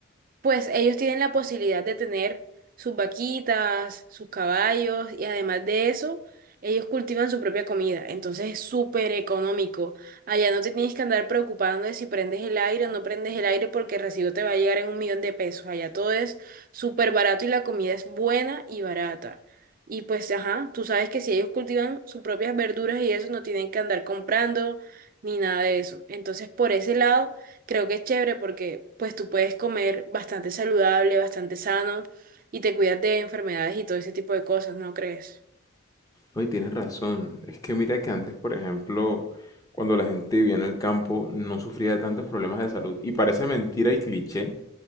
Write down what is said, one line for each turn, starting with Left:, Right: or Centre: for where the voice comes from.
Right: pues ellos tienen la posibilidad de tener sus vaquitas, sus caballos y además de eso, ellos cultivan su propia comida. Entonces es súper económico. Allá no te tienes que andar preocupando de si prendes el aire o no prendes el aire porque el recibo te va a llegar en un millón de pesos. Allá todo es súper barato y la comida es buena y barata. Y pues, ajá, tú sabes que si ellos cultivan sus propias verduras y eso, no tienen que andar comprando ni nada de eso. Entonces, por ese lado Creo que es chévere porque pues tú puedes comer bastante saludable, bastante sano y te cuidas de enfermedades y todo ese tipo de cosas, ¿no crees?
Left: No, y tienes razón. Es que mira que antes, por ejemplo, cuando la gente vivía en el campo, no sufría de tantos problemas de salud. Y parece mentira y cliché,